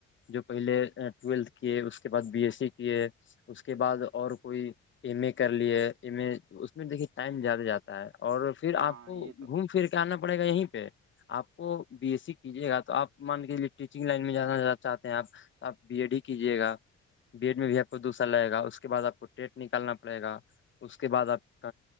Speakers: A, on the left; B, on the right.
A: جو پہلے ٹویلتھ کیے اس کے بعد بی ایس سی کیے اس کے بعد اور- کوئی ایم ا کر لی ہے ایم ا اس میں دیکے ٹائم زیادہ جاتا ہے اور پھر
B: ہاں
A: آپ کو
B: یہ تو
A: گھوم پھر کے آنا پڑے گا یہیں پہ- آپ کو بی ایس سی کیجیے گا تو آپ مان کےجے ٹیچنگ لائن میں جانا ز چاہتے ہیں آپ- آپ بی ایڈ ہی کیجیے گا بی ایڈ میں بھی آپ کو دوسرا لگے گا اس کے بعد آپ کو- ڈٹ نکالنا پڑے گا اس کے بعد آپ-